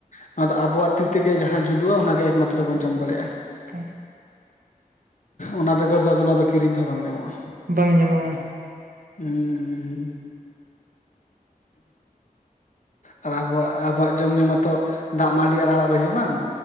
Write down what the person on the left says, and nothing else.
ᱱᱚᱣᱟ ᱫᱚ ᱟᱵᱚᱣᱟᱜ ᱛᱤ ᱛᱮᱜᱮ ᱡᱟᱦᱟᱸ ᱡᱩᱫᱩᱜ ᱟ ᱚᱱᱟᱜᱮ ᱮᱠᱢᱟᱛᱨᱚ ᱵᱚᱱ ᱡᱚᱢ ᱫᱟᱲᱮᱭᱟᱜ ᱟ᱾
ᱚᱱᱟ ᱵᱮᱜᱚᱨ ᱫᱚ ᱟᱫᱚ ᱱᱚᱣᱟ ᱫᱚ ᱠᱤᱨᱤᱧ ᱛᱮᱦᱚᱸ ᱵᱟᱝ ᱧᱟᱢᱚᱜ ᱟ᱾
ᱩᱸᱻᱩᱸᱻ ᱟᱨ ᱟᱵᱚᱣᱟᱜ ᱟᱵᱚᱣᱟᱜ ᱡᱚᱢ ᱧᱩ ᱢᱟᱛᱚ ᱫᱟᱜ ᱴᱟᱹᱱᱰᱤ ᱟᱨ ᱟᱲᱟᱜ ᱵᱷᱟᱹᱡᱤ ᱵᱟᱝ